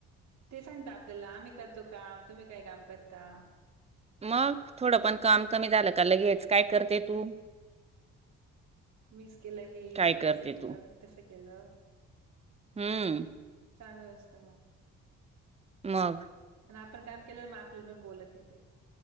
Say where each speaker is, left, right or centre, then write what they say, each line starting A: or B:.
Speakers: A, on the right (about 65°); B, on the right (about 20°).
A: ते सांगता आपल्याला आम्ही करतो काम तुम्ही काय काम करता?.
B: मग थोडं पण काम कमी झालं का लगेच काय करते तू
A: मीच केलं हे
B: काय करते
A: असं केलं
B: तू
A: तस केलं.
B: हम्म.
A: चालू असत मग.
B: मग.
A: आणि आपण काम केलं मग आपल्याला पण बोलत नाही ते.